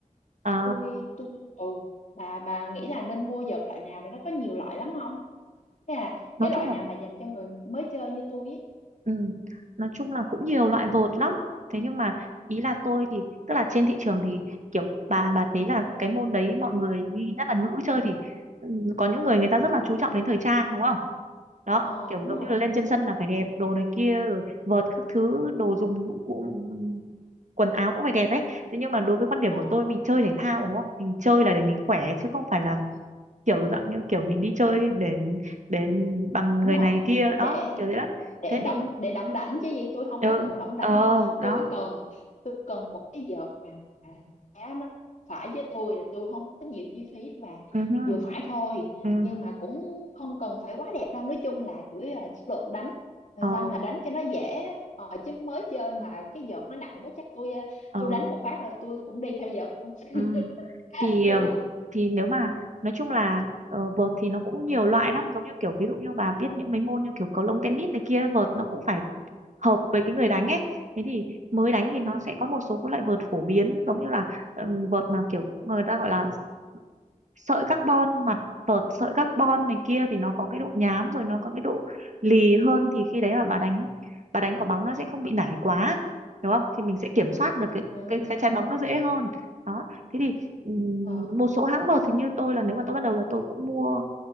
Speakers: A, on the right (about 60°); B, on the left (about 65°).
A: Ờ,
B: tôi tôi ừ bà bà nghĩ là nên mua vợt loại nào và nó có nhiều loại lắm không thế là
A: nói
B: cái loại
A: chung là
B: nào mà dành cho người mới chơi như tôi ấy
A: ừ, nói chung là cũng nhiều loại vợt lắm. Thế nhưng mà ý là tôi thì tức là trên thị trường thì kiểu bà bà thấy là cái môn đấy mọi người nhất là nữ chơi thì ừ, có những người người ta rất là chú trọng đến thời trang đúng không? đó
B: ờ
A: kiểu
B: đúng
A: giống
B: rồi
A: như là lên trên sân là phải đẹp đồ này kia rồi vợt các thứ đồ dùng dụng cụ ừm, quần áo cũng phải đẹp ấy thế nhưng mà đối với quan điểm
B: ờ
A: của tôi mình chơi thể thao đúng không mình chơi là để mình khỏe chứ không phải là kiểu dạng như kiểu mình đi chơi để để bằng
B: đúng
A: người
B: rồi
A: này kia
B: để
A: đó kiểu thế đó
B: để
A: thế
B: đóng
A: thì
B: để đóng đảnh chứ gì tôi không
A: ừ,
B: có cần đóng đảnh
A: ờ
B: đâu
A: đó
B: tôi cần tôi cần một cái vợt mà giá nó phải với tôi là tôi không có nhiều chi phí đâu bà
A: ừ, hư,
B: vừa phải thôi
A: ừ,
B: nhưng mà cũng không cần phải quá đẹp đâu nói chung là chủ yếu là chất lượng đánh Làm
A: ờ
B: sao mà đánh cho nó dễ ờ, chứ mới chơi mà cái vợt nó nặng quá chắc tôi ờ,
A: ờ
B: tôi đánh một phát là tôi cũng đi theo vợt luôn
A: ừ.
B: <laughs>
A: thì
B: đi
A: ờ,
B: đó
A: thì nếu mà nói chung là ờ, vợt thì nó cũng nhiều loại lắm giống như kiểu ví dụ như bà biết những mấy môn như kiểu cầu lông tennis này kia vợt nó cũng phải hợp với cái người đánh ấy thế thì mới đánh thì
B: ừ
A: nó sẽ có một số các loại vợt phổ biến giống như là ừm, vợt mà kiểu người ta gọi là sợi carbon mặt vợt sợi carbon này kia thì nó có cái độ nhám rồi nó có cái độ lì hơn thì khi đấy mà bà đánh bà đánh quả bóng nó sẽ không bị nảy quá đúng không thì mình sẽ kiểm soát được cái
B: ừ
A: cái cái trái
B: ừ
A: bóng nó dễ hơn đó thế thì ừm,
B: ờ
A: một số hãng vợt thì như tôi là nếu mà tôi bắt đầu là tôi cũng mua